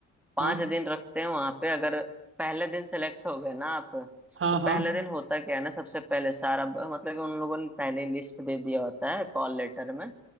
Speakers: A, in the centre; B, on the right.
A: पांच
B: हाँ
A: दिन रखते हैं वहां पे अगर पहले दिन सेलेक्ट हो गए ना आप तो
B: हाँ
A: पहले
B: हाँ
A: दिन होता क्या है ना सबसे पहले सारा ब- मतलब कि उन लोगों ने पहले लिस्ट दे दिया होता है कॉल लेटर में